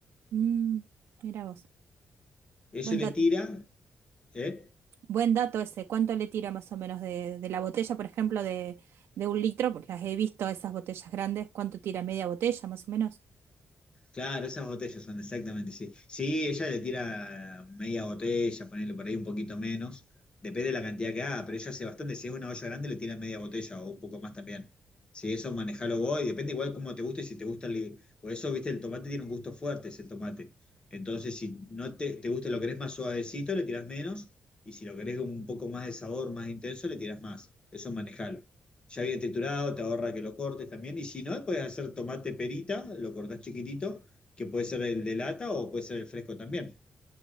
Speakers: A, on the right; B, on the left.
A: Mm, mira vos.
B: Ese
A: Buen
B: le
A: dato.
B: tira, ¿eh?
A: Buen dato ese. ¿Cuánto le tira más o menos de, de la botella, por ejemplo, de, de un litro? Pues las he visto, esas botellas grandes. ¿Cuánto tira media botella más o menos?
B: Claro, esas botellas son exactamente, sí. Sí, ella le tira media botella, ponele por ahí un poquito menos, depende de la cantidad que haga, pero ella hace bastante, si es una olla grande le tira media botella o un poco más también. Sí, eso manejalo vos, y depende igual cómo te guste, si te gusta el... Por eso, viste, el tomate tiene un gusto fuerte, ese tomate. Entonces, si no te, te gusta, lo querés más suavecito, le tirás menos, y si lo querés un poco más de sabor, más intenso, le tirás más. Eso manejalo ya viene triturado, te ahorra que lo cortes también. Y si no, puedes hacer tomate perita, lo cortás chiquitito que puede ser el de lata o puede ser el fresco también.